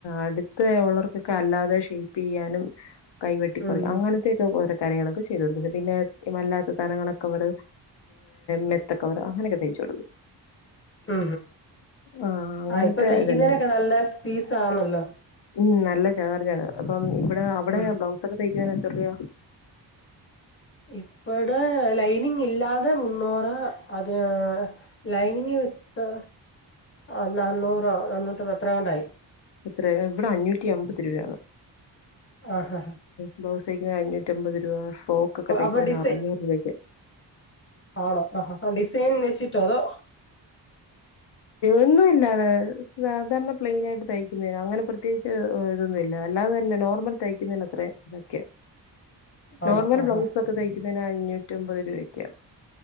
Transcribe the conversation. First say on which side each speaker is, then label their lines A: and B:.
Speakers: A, on the left (about 80°); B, on the left (about 30°).
A: അടുത്ത് ഒള്ളാർക്കൊക്കെ അല്ലാതെ ഷേപ്പ് ചെയ്യാനും കൈവെട്ടി കുറക്കാനും
B: ഉം ഉം
A: അങ്ങനത്തെൊക്കെ <unintelligible> കാര്യങ്ങളൊക്കെ ചെയ്ത് കൊടുക്കുന്നത് പിന്നെ അല്ലാത്ത സധനങ്ങളൊക്കെ അവർ മെത്ത അങ്ങനൊക്കെ തയ്ച്ചുടുക്കും.
B: ഉ
A: ആഹ് അങ്ങനത്തെ
B: ആ ഇപ്പൊ തയ്ക്കുന്നേ
A: ഇതെല്ലാം
B: നൊക്കെ നല്ല ഫീസ ആണല്ലോ?
A: ഉം നല്ല ചാർജാ അപ്പം ഇവിടെ അവിടെ
B: ഉം
A: ബ്ലൗസ് ഒക്കെ തയ്ക്കാൻ എത്ര രൂ
B: ഇപ്പടെ ലൈനിങ് ഇല്ലാതെ മുന്നൂറ് അത് ലൈനിങ് വിത്ത് ആ നാന്നൂറോ നന്നൂറ്റി പത്രങ്ങണ്ടയി.
A: ഇത്ര ഇവിടെ അഞ്ഞൂറ്റി അമ്പത് രൂപയാണ്
B: ആഹ് ആഹ്
A: ബ്ലൗസി് ത അഞ്ഞൂറ്റമ്പത് രൂപ ഫ്രോക്ക് ഒക്കെ തയ്ക്കുന്നതിന്
B: അപ്പൊ ഡിസൈ
A: അറുന്നൂറ് രൂപഒക്കെ
B: ആണോ ആ ആ ഡിസൈൻ വെച്ചിട്ടോ അതോ
A: ഒന്നുമില്ലാതെ സാധാരണ പ്ലെയിൻ ആയിട്ട് തയ്ക്കുന്ന അങ്ങനെ പ്രത്യേകിച്ച് ഇതൊന്നുമില്ല. അല്ലാതെ തന്നെ നോർമൽ തയ്ക്കുന്നതി അത്ര ഇതൊക്കെ
B: ആണോ
A: നോർമൽ
B: ആഹ്
A: ബ്ലൗസ്
B: ആഹ്
A: ഒക്കെ തയ്ക്കുന്നതിന് അഞ്ഞൂറ്റമ്പത് രൂപക്കാ